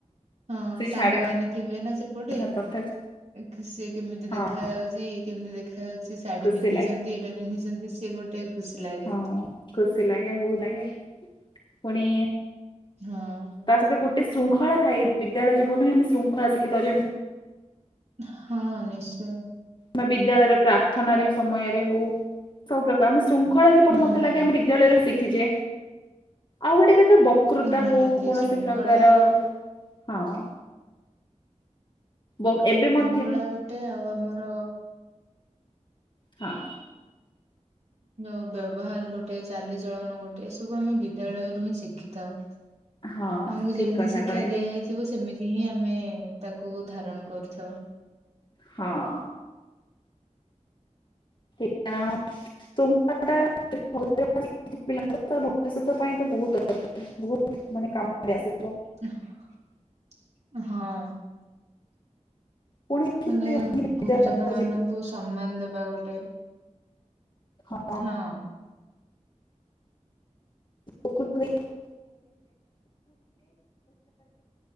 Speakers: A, on the right (about 60°); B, on the left (about 40°).
A: ହଁ
B: ସେ
A: ସାଙ୍ଗମାନେ
B: ଛାଡି
A: ଥିବେ ନା ସେପଟେ
B: ନଥାନ୍ତି ତଥାପି
A: ଏମତି ଖୁସି ହେଇକି କେମିତି ଦେଖାଯାଉଛି
B: ହଁ
A: କେମିତି ଦେ ଖାଯାଉଛି ଶାଢୀ
B: ଖୁସି
A: ପିନ୍ଧିଛନ୍ତି
B: ଲାଗେ
A: ଏଇଟା ପିନ୍ଧିଛନ୍ତି ସିଏ ଗୋଟେ ଖୁସି ଲାଗେ।
B: ହଁ ଖୁସି ଲାଗେ ବୋହୁ ନାକେ ପୁଣି
A: ହଁ।
B: ତା ସହିତ ଗୋଟେ ଶୃଙ୍ଖଳା ଥାଏ ବିଦ୍ୟାଳୟ ଜୀବନରୁ ହିଁ ଆମେ ଶୃଙ୍ଖଳା ଶିଖିଥାଉ ଯେମତି
A: ହଁ ନିଶ୍ଚୟ।
B: ବା ବିଦ୍ୟାଳୟର ପ୍ରାର୍ଥନାରେ ସମୟରେ ହଉ ସବୁ ପ୍ରକାର ଆମେ ଶୃ ଖଳା ଯେପଟ
A: ହୁଁ
B: ମତେ ଲାଗେ ଆମେ ବିଦ୍ୟାଳୟରୁ ଶିଖିଛେ ଆଉ ଗୋଟେ କଥା ବ କୃତା
A: ନିହାତି
B: ହଉ କୌଣସି
A: ଶୃଙ୍ଖଳା
B: ପ୍ରକାର ହଁ ବକ୍ ଏବେ ମ
A: ଖଳା ଗୋଟେ ଆଉ ଆମର
B: ହଁ।
A: ଯୋଉ ବ୍ୟବହାର ଗୋଟେ ଚାଲିଚଳନ ଗୋଟେ ଏ ସବୁ ଆମେ ବିଦ୍ୟାଳୟରୁୁ ହିଁ ଶିଖିଥାଉ।
B: ହଁ
A: ଆମକୁ
B: ଠିକ
A: ଯେମିତି
B: କଥା
A: ଶିକ୍ଷା
B: କହିଲେ
A: ଦିଆଯାଇଥିବ ସେମିତି ହିଁ ଆମେ ତାକୁ ଧାରଣ କରୁଥାଉ।
B: ହଁ। <inaudible> <unintelligible> ପିଲା ଭବିଷ୍ୟତ ପାଇଁ ତ ବହୁତ ଦରକାର ବହୁତ ମାନେ କାମରେ ଆସିିବ।
A: ହଁ ହଁ।
B: ପୁଣି ବିଦ୍ୟାଳୟ
A: ମାନେ ଗୁରୁଜନମାନଙ୍କୁ ସମ୍ମାନ ଦେବା ଗୋଟେ
B: ହଁ।
A: ହଁ।
B: ବହୁତ